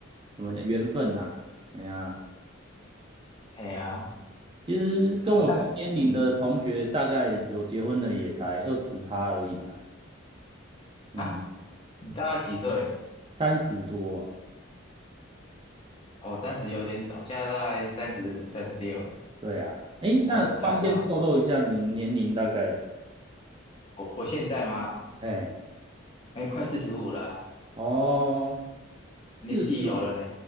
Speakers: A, on the right (about 25°); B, on the left (about 25°).
A: 怎么讲缘分呐、哎呀。
B: 哎呀，
A: 其实跟我同年龄的同学，
B: 嗯那嗯
A: 大概有结婚的也才二十趴而已啊，嗯，
B: 啊，你大概几岁？
A: 三十多啊，
B: 我三十有点早，现在大概三十五、三十六
A: 对啊，哎，那方便透露一下你年龄大概？
B: 才会才才会，我我现在吗？
A: 哎，
B: 哎，快四十五了，
A: 哦，四十，
B: 年纪有了呢。